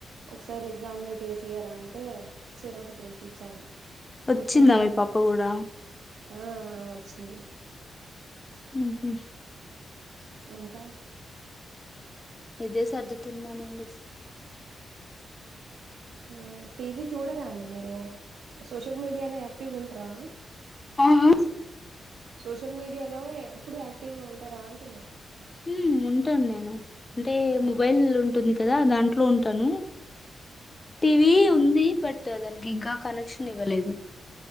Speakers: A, on the right (about 80°); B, on the left (about 15°).
A: ఒకసారి ఎగ్ ఆమ్లెట్ వేసీయారా అంటే చెరొకటి వేసి ఇచ్చాను
B: వచ్చిందా
A: కూర్చొని తింటు
B: మీ పాప కూడా
A: ఆ ఆ వచ్చింది
B: హుం హు
A: ఇంకా
B: ఇదే సర్దుతున్నానండి
A: హ్మ్ టీవీ చూడరా అండి మీరు సోషల్ మీడియాలో యాక్టీవ్గా ఉంటారా
B: ఆ ఆ
A: సోషల్ మీడియాలో ఎప్పుడు యాక్టివ్ గా ఉంటారా అంటున్నా
B: హ్మ్ ఉంటాను నేను అంటే
A: ఓ
B: మొబైల్ ఉంటుంది కదా దాంట్లో ఉంటాను టీవీ
A: ఓకే
B: ఉంది బట్ దానికి ఇంకా కనెక్షన్ ఇవ్వలేదు